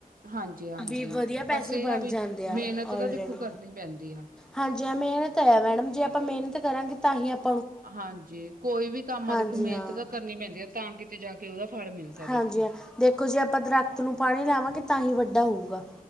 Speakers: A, on the right (about 70°); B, in the centre.
A: ਹਾਂਜੀ-ਹਾਂਜੀ,
B: ਵੀ ਵਧੀਆ ਪੈਸੇ
A: ਬਸ ਇਹ
B: ਬਣ
A: ਆ ਵੀ
B: ਜਾਂਦੇ ਆ
A: ਮਿਹਨਤ ਤਾਂ
B: ਆਲਰੇਡੀ
A: ਦੇਖੋ ਕਰਨੀ ਪੈਂਦੀ ਆ।
B: ਹਾਂਜੀ, ਹਾਂ ਮਿਹਨਤ ਤਾ ਹੈ ਮੈਡਮ ਜੇ ਆਪਾਂ ਮਿਹਨਤ ਕਰਾਂਗੇ ਤਾਂ ਹੀ ਅਪ
A: ਹਾਂਜੀ, ਕੋਈ ਵੀ ਕੰਮ ਆ
B: ਹਾਂਜੀ
A: ਦੇਖੋ ਮਿਹਨਤ
B: ਹਾਂ
A: ਤਾਂ ਕਰਨੀ ਪੈਂਦੀ ਆ ਤਾਂ ਕਿਤੇ ਜਾ ਕੇ ਉਹਦਾ ਫਲ ਮਿਲਦਾ ਦੇਖੋ।
B: ਹਾਂਜੀ ਹਾਂ ਦੇਖੋ ਜੇ ਆਪਾਂ ਦਰਖਤ ਨੂੰ ਪਾਣੀ ਲਾਵਾਂਗੇ ਤਾਂ ਹੀ ਵੱਡਾ ਹੋਊਗਾ।